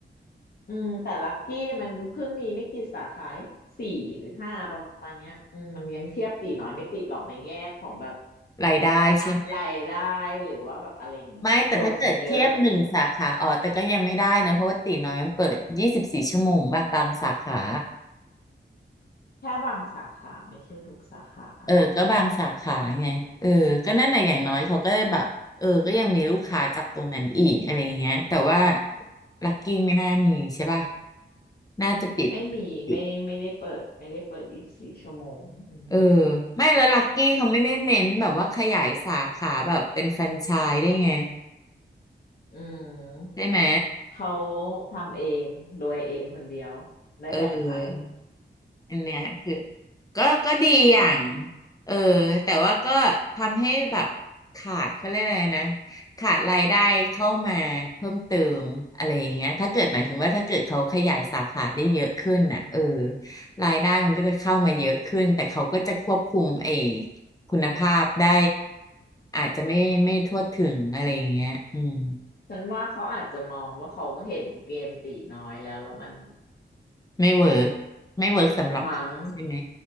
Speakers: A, on the left; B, on the left.
A: อืมแต่ลักกี้มันเพิ่งมีไม่กี่สาขาเองสี่หรือห้าประมาณเนี้ยอืมมันยังเทียบตีน้อยไม่ติดหรอกในแง่ของแบบ
B: รายได้ใช่
A: อ่ะรายได้หรือว่าแบบอะไรอย่างเงี้ยคนเยอะหรืออะไรอย่างเงี้ย
B: ไม่แต่ถ้าเกิดเทียบหนึ่งสาขาอ๋อแต่ก็ยังไม่ได้นะเพราะว่าตีน้อยมันเปิดยี่สิบสี่ชั่วโมงป่ะบางสาขา
A: แค่บางสาขาไม่ใช่ทุกสาขาอืม
B: เออก็บางสาขาไงเออก็นั่นแหละอย่างน้อยเขาก็แบบเออก็ยังมีลูกค้าจากตรงนั้นอีกอะไรอย่างเงี้ยแต่ว่าลักกี้ไม่น่ามีใช่ป่ะน่าจะปิด
A: ไม่มีไม่ไม่ได้เปิดไม่ได้เปิดยี่สิบสี่ชั่วโมงอืม
B: ปิดเออไม่แล้วลักกี้เขาไม่ได้เน้นแบบว่าขยายสาขาแบบเป็นแฟรนไชส์ได้ไง
A: อืม
B: ได้ไหม
A: เขาทำเองโดยเองคนเดียวไม่แบ่งใคร
B: เออ อันเนี้ยคือก็ก็ดีอย่างเออแต่ว่าก็ทำให้แบบขาดเขาเรียกอะไรนะขาดรายได้เข้ามาเพิ่มเติมอะไรอย่างเงี้ยถ้าเกิดหมายถึงว่าถ้าเกิดเขาขยายสาขาได้เยอะขึ้นน่ะเออรายได้มันก็จะเข้ามาเยอะขึ้นแต่เขาก็จะควบคุมไอ้คุณภาพได้อาจจะไม่ไม่ทั่วถึงอะไรอย่างเงี้ยอืม
A: ฉันว่าเขาอาจจะมองว่าเขาเห็นเกมตีน้อยแล้วแล้วมัน
B: ไม่เวิร์กไม่เวิร์กสำหรับใช่ไหม
A: มั้ง